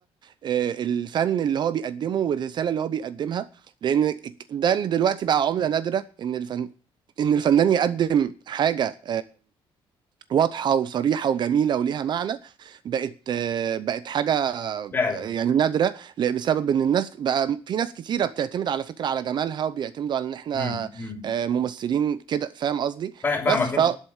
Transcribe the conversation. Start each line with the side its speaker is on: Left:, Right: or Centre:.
Right: آه، الفن اللي هو بيقدمه والرساله اللي هو بيقدمها لان الك- ده اللي دلوقتي بقى عمله نادره ان الفن ان الفنان يقدم حاجه واضحة وصريحة وجميلة وليها معنى بقت آه، بقت حاجة آه،
Left: فعلا
Right: يعني نادرة ل- بسبب ان الناس بقى في ناس كتيرة بتعتمد على فكرة على جمالها وبيعتمدوا على ان احنا
Left: امم امم
Right: آه، ممثلين كده فاهم قصدي
Left: فا- فاهمك
Right: بس ف
Left: انت